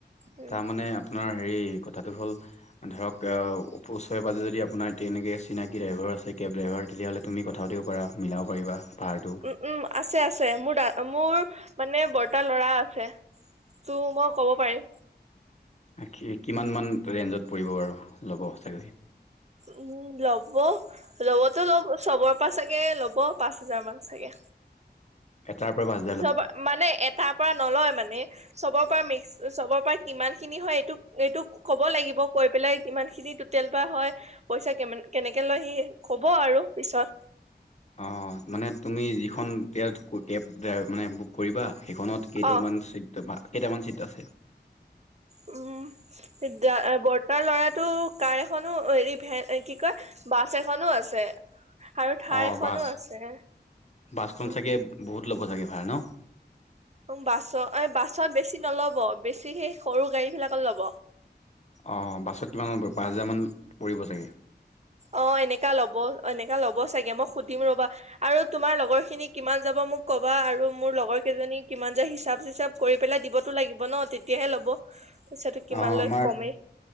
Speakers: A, on the right; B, on the left.
A: উম
B: তাৰ মানে আপোনাৰ হেৰি, কথাটো হ'ল- ধৰক তেওঁ ওচৰে পাজে যদি আপোনাৰ তেনেকৈ চিনাকি ড্ৰাইভাৰ আছে কেব ড্ৰাইভাৰ তেতিয়াহ'লে- তুমি কথা পাতিব পাৰা, মিলাব পাৰিবা ভাৰাটো।
A: উমঁ উমঁ, আছে আছে। মোৰ দা, মোৰ মানে বৰ্তটা ল'ৰা আছে। তো মই ক'ব পাৰিম।
B: আকি কিমান মান ৰেঞ্জত পৰিব বাৰু, ল'ব ছাগৈ?
A: উমঁ ল'ব, ল'বতো লব চবৰ পৰা চাগে, ল'ব পাঁচ হোজাৰ মান চাগে।
B: এটাৰ পৰা পাঁচ হেজাৰ -
A: চব, মানে এটাৰ পৰা নলয় মানে। চবৰ পৰা মিক্স, চবৰ পৰা কিমান খিনি হয়ঁ এইটো, এইটো ক'ব লাগিব, কৈ পেলাই কিমান খিনি- টোটেল বা হয়, পইচা কে কেনেকে লয়, সি ক'ব আৰু পিছত।
B: অঁ মানে তুমি যিখন কেব কেব মানে বুক কৰিবা, সেইখনত- কেইটামান
A: অ
B: চিত তোমাৰ, কেইটামান চিট আছে?
A: উমঁ, বৰ্তাৰ ল'ৰাটো কাৰ এখনো, হেৰি ভেন কি কয়- বাছ এখনো আছে, আৰু থাৰ
B: অঁ
A: এখনো
B: বাছ
A: আছে,
B: বাছখন
A: অঁ।
B: চাগে বহুত ল'ব ছাগে ভাৰা ন'?
A: বাছ, এই বাছত বেছি নল'ব, বেছি সেই সৰু গাড়ী বিলাকত ল'ব।
B: অঁ বাছত কিমান মান, পাঁচ হোজাৰমান পৰিব চাগে?
A: অঁ এনেকা ল'ব, এনেকা ল'ব চাগে। মই সুধিম ৰবা, আৰু তোমাৰ লগৰ খিনিক- কিমান যাব মোক ক'বা, আৰু মোৰ লগৰ কেইজনী কিমান যাই, হিচাপ চিচাব কৰি পেলাই দিবতো লাগিব ন'তেতিয়- তেতিয়াহে ল'ব, পইচাটো কিমান
B: অঁ
A: লয়,
B: আমাৰ
A: কমে।